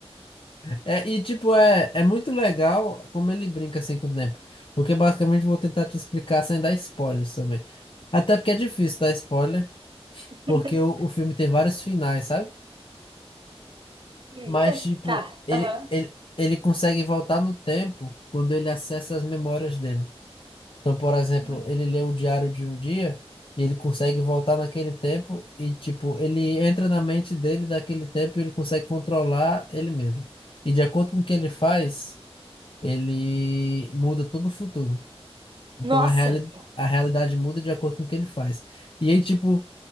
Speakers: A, on the left; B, on the right.
A: É, e tipo, é, é muito legal como ele brinca assim com o tempo. Porque basicamente eu vou tentar te explicar sem dar spoilers também. Até porque é difícil dar spoiler.
B: <laughs>
A: porque o, o filme tem vários finais, sabe?
B: Eita.
A: Mas, tipo,
B: Tá.
A: ele,
B: Aham.
A: ele, ele consegue voltar no tempo quando ele acessa as memórias dele. Então, por exemplo,
B: Aham.
A: ele lê o diário de um dia e ele consegue voltar naquele tempo e, tipo, ele entra na mente dele daquele tempo e ele consegue controlar ele mesmo. E de acordo com o que ele faz, ele muda todo o futuro. Então,
B: Nossa!
A: a reali- a realidade muda de acordo com o que ele faz. E aí, tipo,